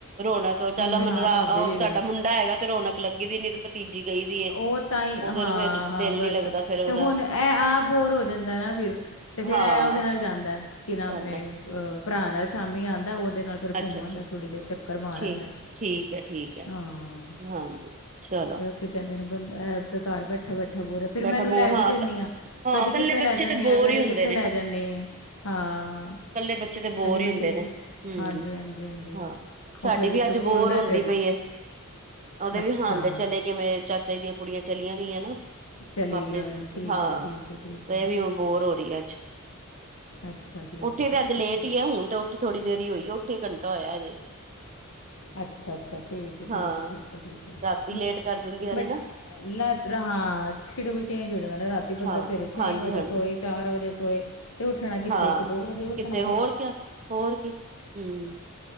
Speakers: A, on the right; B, on the left.
A: ਰੌਣਕ ਚੱਲ
B: ਮੰਮੀ
A: ਮਨਰਾ--ਓ
B: ਹਾਂ ਭਾਬੀ ਵੀ
A: ਤੁਹਾਡਾ
B: ਗਏ
A: ਮੁੰਡ ਛੋਟਾ ਹੈਗਾ ਤੇ ਰੌਣਕ ਲੱਗੀ ਦੀ, ਨੀ ਤੇ ਭਤੀਜੀ ਗਈਦੀ ਏ।
B: ਓਹ ਤਾਂਈ,
A: ਉਹਦੇ
B: ਹਾਂ-ਹਾਂ
A: ਫੇਰ ਦਿਲ
B: ਬਸ,
A: ਨੀ ਲੱਗਦਾ ਫੇਰ ਉਹਦਾ
B: ਤੇ ਹੁਣ ਐਹ ਆਪ ਬੋਰ ਹੋ ਜਾਂਦੈ ਨਾ ਫਿਰ। ਤੇ ਫੇਰ
A: ਹਾਂ
B: ਐ, ਔਦੇ ਨਾਲ ਜਾਂਦੈ ਕਿ ਨਾਮੇ,
A: ਜਾਂਦਾ
B: ਅਹ ਭਰਾ ਨਾਲ ਸ਼ਾਮੀ ਆੰਦੈ ਓਹਦੇ ਨਾਲ ਫਿਰ
A: ਅੱਛਾ-ਅੱਛਾ
B: ਘੁੰਮਂ ਆੰਦੈ, ਥੋੜ੍ਹੀ ਦੇਰ ਚੱਕਰ ਮਾਰ
A: ਠੀਕ
B: ਆੰਦੈ,
A: ਠੀਕ ਹੈ ਠੀਕ ਹੈ
B: ਹਾਂ।
A: ਹਾਂਜੀ ਚਲੋ
B: ਕੀ ਕਹਿੰਦੇ ਨੇ ਬੰਦ ਐਹ ਅਪੇ ਘਾਰ ਬੈਠਾ-ਬੈਠਾ ਬੋਰ ਹੋਏ, ਫੇਰ
A: ਬੈਠਾ
B: ਮੈਂ ਐਨੂੰ
A: ਬੋਰ
B: ਲੈਵੀ
A: ਹਾਂ
B: ਜਾਂਦੀ ਆਂ,
A: ਹਾਂ
B: ਕਦੀ
A: ਇਕੱਲੇ
B: ਕਿੱਤੇ ਲੈ
A: ਬੱਚੇ
B: ਜਾਂਣੀ
A: ਤੇ ਬੋਰ
B: ਆਂ, ਕਦੀ
A: ਹੀ ਹੁੰਦੇ
B: ਕਿੱਤੇ ਲੈ ਜਾਣ ਨੇ, ਹਾਂ।
A: ਕੱਲੇ ਬੱਚੇ ਤੇ ਬੋਰ
B: ਕਦੀ ਮੈਂ
A: ਹੀ ਹੁੰਦੇ
B: ਕਿੱਧਰ
A: ਨੇ, ਹੂੰ,
B: ਹਾਂਜੀ, ਹਾਂਜੀ, ਹਾਂਜੀ
A: ਹਾਂ। ਸਾਡੀ
B: ਉਹ ਫਿਰ
A: ਵੀ
B: ਇੱਕ
A: ਅੱਜ
B: ਬੋਲਦਾ
A: ਬੋਰ ਹੁੰਦੀ
B: ਫਿਰ
A: ਪਈ ਏ। ਉਹਦੇ
B: ਅੱਛਾ,
A: ਵੀ ਹਾਨ ਦੇ ਚਲੇ ਜਿਵੇਂ, ਚਾਚਾ ਜੀ ਦੀਆਂ ਕੁੜੀਆਂ ਚਲੀਆਂ ਗਈਆਂ ਨਾ
B: ਚਲੀ
A: ਵਾਪਿਸ।
B: ਗਿਆ ਹੁਣ ਠੀਕ
A: ਹਾਂ,
B: ਹੈ, ਠੀਕ ਹੈ, ਠੀਕ ਹੈ।
A: ਇਹ ਵੀ ਬੋਰ ਹੋ ਰਹੀ ਹੈ, ਅੱਜ।
B: ਅੱਛਾ ਜੀ ਅੱਛਾ
A: ਉੱਠੇ ਤੇ
B: ਅੱਛਾ
A: ਅੱਜ ਲੇਟ
B: ਅੱਛਾ
A: ਹੀ ਆ, ਹੁਣ ਤੇ ਉੱਠੇ ਥੋੜ੍ਹੀ ਦੇਰ ਹੀ ਹੋਈ ਆ, ਉੱਠੇ ਘੰਟਾ ਹੋਇਆ ਹਜੇ।
B: ਅੱਛਾ-ਅੱਛਾ, ਠੀਕ ਏ,
A: ਹਾਂ
B: ਠੀਕ ਏ, ਠੀਕ ਏ, ਠੀਕ ਏ।
A: ਰਾਤੀ ਲੇਟ ਕਰ ਦਿੰਦੀਆਂ ਨੇ ਨਾ
B: ਲੈ ਦਰ ਹਾਂ, ਸ਼ੀਡਊਲ ਚੇਂਜ ਹੋ ਜਾਂਦਾ ਨਾ, ਰਾਤੀ ਬੰਦਾ
A: ਹਾਂ
B: ਸਵੇਰੇ ਛੇ
A: ਹਾਂਜੀ
B: ਵਜੇ
A: ਹਾਂਜੀ
B: ਸੋਏ ਚਾਰ ਵਜੇ ਸੋਏ, ਤੇ ਉੱਠਣਾ ਕਿੱਥੇ
A: ਹਾਂ
B: ਇੱਕ-ਦੋ ਵਜੇ ਉੱਠਣਾ
A: ਕਿਤੇ ਹੋਰ
B: ਫਿਰ।
A: ਕਿਆ ਹੋਰ ਕੀ, ਹੂੰ,